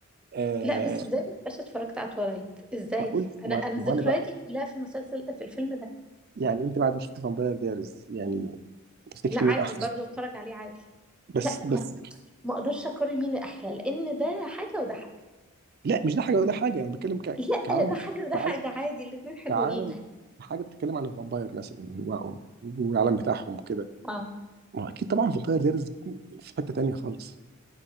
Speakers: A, on the right; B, in the centre.
A: آه
B: لا بس ازاي ما تبقاش اتفرجت على تولايت ازاي
A: فقلت ما
B: انا انا
A: ما
B: ذكرياتي
A: انا بقى
B: كلها في المسلسل في الفيلم ده
A: يعني انت بعد ما شفت فامباير دايرز يعني تفتكر
B: لا عادي
A: مين احسن
B: برضه اتفرج عليه عادي
A: بس
B: لا
A: بس
B: ما, ما اقدرش اقارن مين احلى لان ده حاجه وده حاجه
A: لا مش ده حاجه ولا حاجه انا بتكلم ك...
B: لا
A: كعالم
B: ده حاجه وده
A: كعالم
B: حاجه عادي الاتنين حلوين
A: كعالم حاجه بتتكلم عن الفامباير مثلا و- والعالم بتاعهم وكده
B: اه
A: ما هو اكيد طبعا فامباير دايرز في حته تانيه خالص